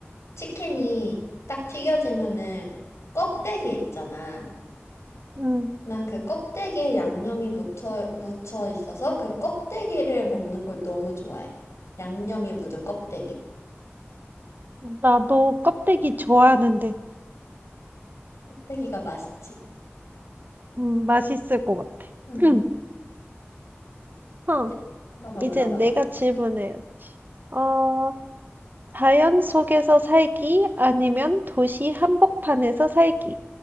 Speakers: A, on the left; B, on the right.
A: 치킨이 딱 튀겨지면은 껍데기 있잖아.
B: 음,
A: 난 그 껍데기에 양념이 묻혀, 묻혀 있어서 그 껍데기를 먹는 걸 너무 좋아해. 양념이 묻은 껍데기.
B: 나도 껍데기 좋아하는데,
A: 껍데기가 맛있지.
B: 음, 맛있을 것 같아.
A: 응.
B: 응. 어,
A: 네, 너가 물어봐봐.
B: 이제 내가 질문해 어, 자연 속에서 살기 아니면 도시 한복판에서 살기.